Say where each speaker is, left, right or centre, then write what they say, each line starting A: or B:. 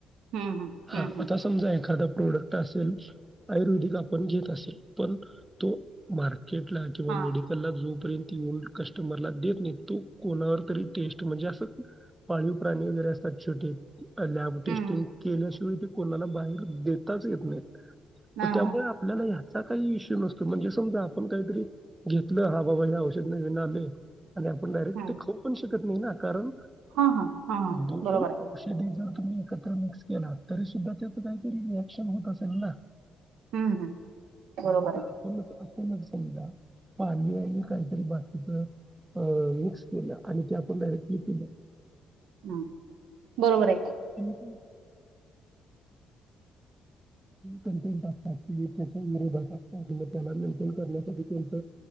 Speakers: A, on the right (about 80°); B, on the right (about 15°).
A: हम्म
B: हा
A: हम्म हम्म
B: आता समजा एखाद. प्रोडक्ट असेल आयुर्वेदिक आपण घेत असेल पण तो मार्केट. किंवा
A: हा
B: मेडिकल ला जोपर्यंत. तोवर कस्टमरला देत नाही तो कोणावर तरी टेस्ट म्हणजे असं पाळीव प्राणी वगैरे असतात छोटे. लॅब टेस्टिंग
A: हम्म
B: केल्याशिवाय. कोणाला बाहेर देताच येत नाहीत.
A: हा
B: म त्यामुळे
A: हा
B: आपल्याला या. असा काही इश्यू नसतो म्हणजे समजा आपण काहीतरी घेतलं हा बाबा या औषध- नाले- आणि आपण डारेक्ट
A: हम्म
B: ते खाऊ पण शक - नाही ना कारण-
A: हा हा हा हा
B: दोन
A: बरोबर आहे.
B: औषधी जर तुम्ही एकत्र मिक्स केला तरी सुद्धा त्याच काहीतरी रिएक्शन होत असेल ना
A: हम्म हम्म बरोबर
B: आता
A: आहे
B: आपणच. समजता पाणीवी काहीतरी ब-. अ मिक्स केलं आणि ते आपण डायरेक्टली पिलं
A: हम बरोबर आहे की.
B: <unintelligible> कंटेन्ट असताति त्याच्या विरोधात असताति त्याला मेंटेन करण्यासाठी त्यांच